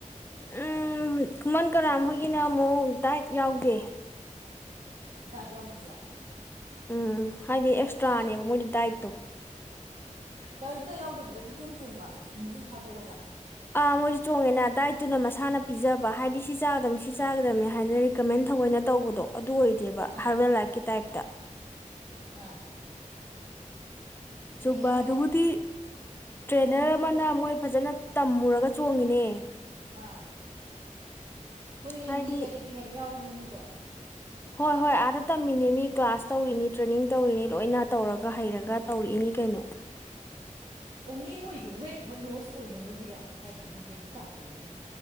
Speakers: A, on the right; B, on the left.
A: ꯖꯤꯝꯕꯥꯒꯤ
B: ꯎꯝ ꯈꯨꯃꯟ ꯀꯔꯥꯝ
A: ꯇ꯭ꯋꯤꯇꯔꯅꯤ
B: ꯍꯣꯏꯒꯤꯅ
A: ꯀꯥꯏꯅ
B: ꯑꯃꯨꯛ ꯗꯥꯏꯠ ꯌꯥꯎꯗꯦ
A: ꯗꯥꯏꯠ ꯌꯥꯎꯗꯤꯌꯦ
B: ꯎꯝ ꯍꯥꯏꯗꯤ ꯑꯦꯛꯁꯇ꯭ꯔꯥꯅꯦꯕ
A: ꯁꯨꯝ
B: ꯃꯣꯏꯗꯤ ꯗꯥꯏꯠꯇꯣ
A: ꯀꯔꯤꯝꯇ ꯌꯥꯎꯗꯕꯤꯗ ꯄꯨꯡꯆꯣꯡ ꯆꯣꯡꯕ ꯃ꯭ꯌꯨꯖꯤꯛ ꯊꯥꯗꯣꯛꯑꯒ
B: ꯑꯥ ꯃꯣꯏꯖꯨ ꯆꯣꯡꯉꯦꯅ ꯗꯥꯏꯠ ꯇꯨꯅ ꯃꯁꯥꯅ ꯄꯤꯖꯕ ꯍꯥꯏꯗꯤ ꯁꯤ ꯆꯥꯒꯗꯝꯅꯤ ꯁꯤ ꯆꯥꯒꯗꯝꯅꯤ ꯍꯥꯏꯅ ꯔꯤꯀꯃꯦꯟ ꯊꯧꯑꯣꯏꯅ ꯇꯧꯕꯗꯣ ꯑꯗꯨ ꯑꯣꯏ ꯗꯦꯕ
A: ꯑꯥ
B: ꯍꯥꯔꯕꯦꯜ ꯂꯥꯏꯞꯀꯤ ꯇꯥꯏꯞꯇ
A: ꯑꯥ ꯑꯦꯍꯦ
B: ꯖꯨꯝꯕ ꯗꯨꯕꯨꯗꯤ ꯇ꯭ꯔꯦꯟꯅꯔ
A: ꯃꯣꯏ ꯄꯨꯛꯆꯣꯡ
B: ꯑꯃꯅ ꯃꯣꯏ ꯐꯖꯅ ꯇꯝꯃꯨꯔꯒ ꯆꯣꯡꯉꯤꯅꯦ
A: ꯑꯥ ꯐꯣꯔꯦꯟꯒꯤ
B: ꯍꯥꯏꯗꯤ
A: ꯀꯔꯤꯒꯤ ꯌꯥꯝ ꯌꯥꯎꯏꯗꯅ ꯃꯣꯏꯗꯣ
B: ꯍꯣꯏ ꯍꯣꯏ ꯑꯥꯗ ꯇꯝꯃꯤꯅꯤ ꯃꯤ ꯀ꯭ꯂꯥꯁ ꯇꯧꯔꯤꯅꯤ ꯇ꯭ꯔꯦꯅꯤꯡ ꯇꯧꯔꯤꯅꯤ ꯂꯣꯏꯅ ꯇꯧꯔꯒ ꯍꯩꯔꯒ ꯇꯧꯔꯛꯏꯅꯤ ꯀꯩꯅꯣ ꯅꯣ
A: ꯑꯣꯡꯂꯤ ꯃꯣꯏꯗꯤ ꯋꯦꯠ ꯈꯛ ꯂꯣꯁ ꯑꯣꯏꯅꯕꯒꯤꯔꯕ ꯀꯔꯤꯅꯣ ꯒ꯭ꯌꯥꯟ ꯇꯥꯗꯦ ꯃꯤ